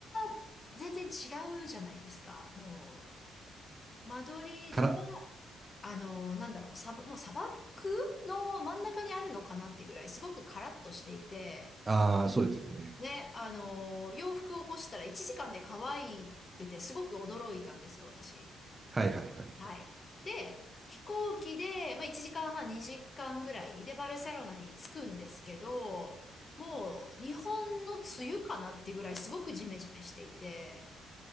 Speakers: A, on the left (about 30°); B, on the right (about 25°).
A: が全然違うじゃないですか。もう、マドリードは
B: から、
A: あの、なんだろう、サバ、もう砂漠の真ん中にあるのかなってぐらい、すごくカラッとしていて、
B: ああ、そうですよね。
A: ね、あの、洋服を干したら1時間で乾いてて、すごく驚いたんですよ、私。
B: はいはいはいはい。
A: はい。で、飛行機で、まあ、1時間半、2時間ぐらいでバルセロナに着くんですけど、もう日本の梅雨かなってぐらいすごくジメジメしていて、